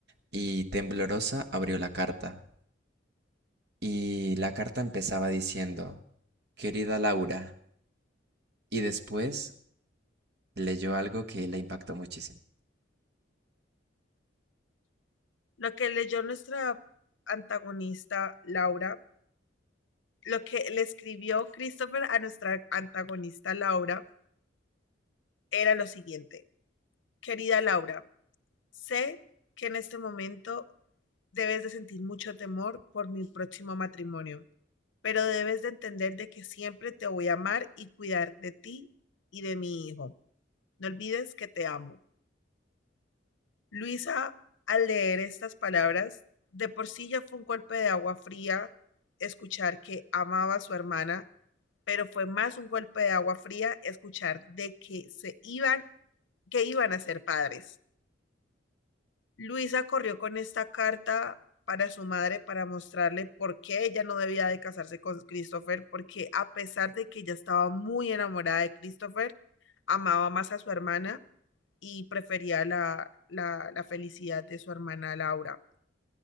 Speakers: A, on the right (about 60°); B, on the left (about 85°).
A: y temblorosa abrió la carta. Y la carta empezaba diciendo, querida Laura, y después leyó algo que la impactó muchísimo.
B: Lo que leyó nuestra antagonista Laura, lo que le escribió Christopher a nuestra antagonista Laura era lo siguiente. Querida Laura, sé que en este momento debes de sentir mucho temor por mi próximo matrimonio, pero debes de entender de que siempre te voy a amar y cuidar de ti y de mi hijo. No olvides que te amo. Luisa, al leer estas palabras, de por sí ya fue un golpe de agua fría escuchar que amaba a su hermana, pero fue más un golpe de agua fría escuchar de que se iban, que iban a ser padres. Luisa corrió con esta carta para su madre para mostrarle por qué ella no debía de casarse con Christopher, porque a pesar de que ella estaba muy enamorada de Christopher, amaba más a su hermana y prefería la, la, la felicidad de su hermana Laura.